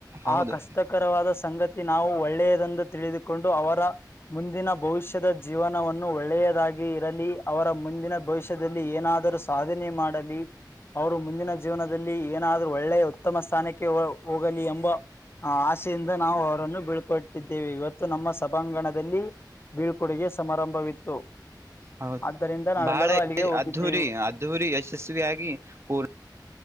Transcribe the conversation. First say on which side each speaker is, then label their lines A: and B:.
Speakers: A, on the right (about 35°); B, on the left (about 30°).
A: ಹೌದು
B: ಆ ಕಷ್ಟಕರವಾದ ಸಂಗತಿ ನಾವು ಒಳ್ಳೆಯ ತಿಳಿದುಕೊಂಡು ಅವರ ಮುಂದಿನ ಭವಿಷ್ಯದ ಜೀವನವನ್ನು ಒಳ್ಳೆಯದಾಗಿ ಇರಲಿ ಅವರ ಮುಂದಿನ ಭವಿಷ್ಯದಲ್ಲಿ ಏನಾದರೂ ಸಾಧನೆ ಮಾಡಲಿ ಅವರು ಮುಂದಿನ ಜೀವನದಲ್ಲಿ ಏನಾದ್ರೂ ಒಳ್ಳೆಯ ಉತ್ತಮ ಸ್ಥಾನಕ್ಕೆ ಹೋಗಲಿ ಎಂಬ ಆಸೆಯಿಂದ ನಾವು ಅವರನ್ನು ಬೀಳ್ಕೊಟ್ಟಿದ್ದೇವೆ ಇವತ್ತು ನಮ್ಮ ಸಭಾಂಗಣದಲ್ಲಿ ಬೀಳ್ಕೊಡುಗೆ ಸಮಾರಂಭವಿತ್ತು
A: ಹೌದು
B: ಆದ್ದರಿಂದ ನಾವೆಲ್ಲರೂ
A: ಬಾಳ
B: ಅಲ್ಲಿಗೆ ಹೋಗಿದ್ದೆವು
A: ಅದ್ಧೂರಿ ಅದ್ಧೂರಿ ಯಶಸ್ವಿಯಾಗಿ ಪೂರ್